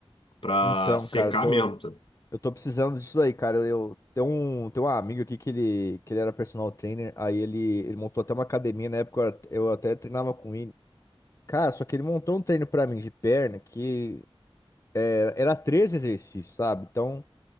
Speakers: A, on the left; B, on the left.
A: pra
B: Então,
A: secar
B: cara, eu tô,
A: mesmo. tá
B: eu tô precisando disso aí, cara. Eu, tem um, tem um amigo aqui que ele, que ele era personal trainer, aí ele, ele montou até uma academia, na época eu at- eu até treinava com ele. Cara, só que ele montou um treino pra mim de perna que era, era 13 exercícios, sabe? Então,